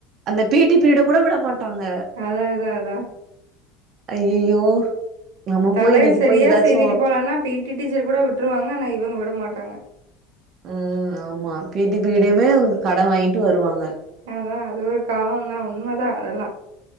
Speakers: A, on the right; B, on the right.
A: அந்த பி டி பீரியட கூட விட மாட்டாங்க
B: அதா அதா அதா
A: அய்யய்யோ
B: ம்
A: நம்ம
B: தலைய
A: போய் இன்னைக்கு
B: சரியா
A: போய் எதாச்சு
B: சீவிட்டு போலன்னா பி டி டீச்சர் கூட விட்ருவாங்க ஆனா இவங்க விட மாட்டாங்க
A: ம் ஆமா பீட்டி பீரியடயுமே கடன் வாங்கிட்டு வருவாங்க
B: அதா அது ஒரு காலந்தா உண்மதா அதெல்லா